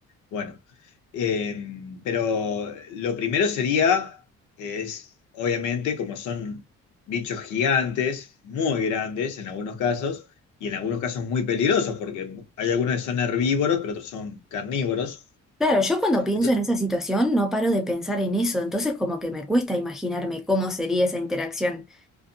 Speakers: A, on the left; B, in the centre.
A: Bueno, eh, pero lo primero sería, es, obviamente, como son bichos gigantes, muy grandes en algunos casos, y en algunos casos muy peligrosos, porque hay algunos que son herbívoros, pero otros son carnívoros.
B: Claro, yo cuando pienso
A: Entonces,
B: en esa situación no paro de pensar en eso, entonces como que me cuesta imaginarme cómo sería esa interacción.